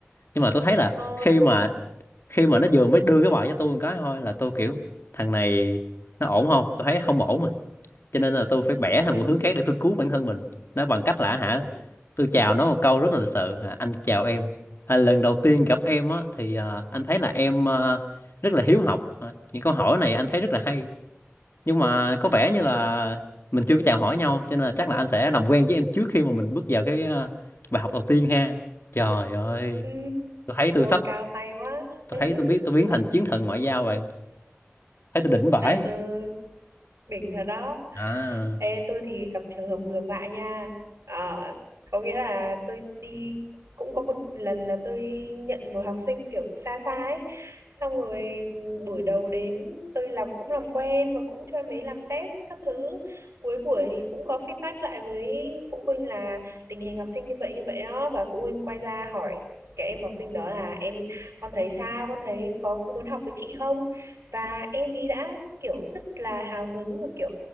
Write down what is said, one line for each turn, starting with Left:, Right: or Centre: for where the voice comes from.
Left: nhưng mà tôi thấy là
Right: ờ,
Left: khi mà khi mà nó vừa mới đưa cái bài cho tôi một cái thôi là tôi kiểu thằng này nó ổn không tôi thấy không ổn rồi cho nên là tôi phải bẻ
Right: <laughs>
Left: thành một hướng khác để tôi cứu bản thân mình nó bằng cách là hả
Right: ừ,
Left: tôi chào nó một câu rất là lịch sự à, anh chào em à, lần đầu tiên gặp em á thì à, anh thấy là em à, rất là hiếu học à, những câu hỏi này anh thấy rất là hay nhưng mà có vẻ như là mình chưa có chào hỏi nhau cho nên là chắc là anh sẽ làm quen với em trước khi mà mình bước vào cái ờ, bài học đầu tiên ha trời ơi
Right: ừ,
Left: tôi thấy tôi sắp
Right: cao tay quá
Left: tôi
Right: <laughs>
Left: thấy tôi biết tôi biến thành chiến thần ngoại giao bạn thấy tôi đỉnh vãi
Right: ừ. đỉnh thật đó
Left: à,
Right: Ê, tôi thì gặp trường hợp ngược lại nha Ờ, có nghĩa là tôi đi cũng có một lần là tôi nhận một học sinh kiểu xa xa ấy xong rồi ừ, buổi đầu đến tôi làm cũng làm quen và cũng cho em ấy làm test các thứ cuối buổi thì cũng có feedback lại với phụ huynh là tình hình học sinh như vậy như vậy đó và phụ huynh quay ra hỏi cái em học sinh đó là em con thấy sao con thấy có muốn học với chị không và em ý đã kiểu rất là hào hứng và kiểu